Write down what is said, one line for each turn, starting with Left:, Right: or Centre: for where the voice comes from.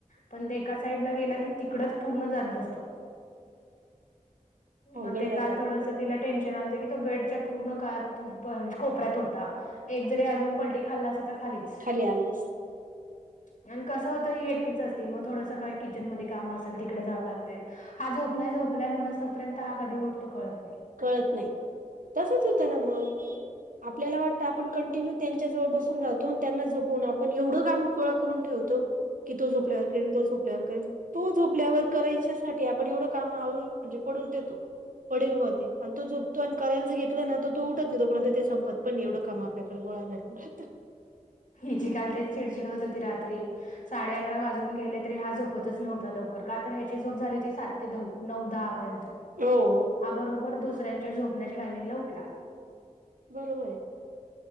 Left: पण ते एका साईड ला गेला की तिकडच पूर्ण जात बसतो.
Right: अवघड
Left: मग ते
Right: राहतात
Left: काल थोडस तिला टेंशन आलत की तो बेडच्या पूर्ण का कोपऱ्यात होता एक जरी अजून पलटी खाल्ला असा तर खालीच.
Right: खली आला असता.
Left: <inaudible> आणि कसं होतं ही एकटीच असतील मग थोडंसं काय किचन मध्ये काम असेल तिकडे जाव लागतय. हा झोपलाय, झोपलाय म्हणस तोपर्यंत हा कधी उठतो कळत नाही.
Right: कळत नाही तसच होतं ना मग. आपल्याला वाटतं आपण कंटिन्यू त्यांच्या जवळ बसून राहतो त्यांना जपून आपण एवढं काम गोळा करून ठेवतो की तो झोपल्यावर करेल तो झोपल्यावर करेल. तो झोपल्यावर करायच्यासाठी आपण एवढं काम आवरून म्हणजे पडून देतो पडेल भत आणि तो झोपतो आणि करायला जे घेतलं ना तर तो उठत नाही तोर्यंत ते संपत पण एवढं काम आपल्याकडे गोळाला बत <inaudible>
Left: हिची काल तेच चिडचिड होत होती रात्री. साडे अकरा वाजून गेले तरी हा झोपतच नव्हता लवकर का तर ह्याची झोप झाली होती सात ते नऊ दहापर्यंत.
Right: हो हो.
Left: हां बरोबर दुसऱ्यांच्या झोपण्याच्या टायमिंगला उठला.
Right: बरोबर आहे